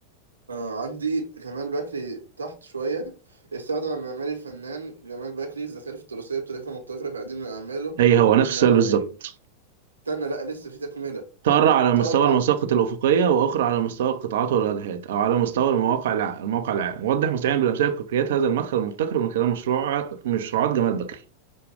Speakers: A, on the right (about 85°); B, on the right (about 65°).
A: آه عندي جمال بكري تحت شوية استخدم المعماري الفنان جمال بكري الزخارف التراثية بطريقة مبتكرة في عديد من أعماله
B: هي هو نفس
A: المعمارية
B: السؤال بالظبط
A: استنى لأ لسه في تكملة
B: ترى على مستوى
A: طرع
B: المساقط الأفقية وأخرى على مستوى القطاعات والواجهات أو على مستوى المواقع الع... الموقع العام وضح مستعين بالأمثلة الكوكريات هذا المدخل المبتكر من خلال مشروع مشروعات جمال بكري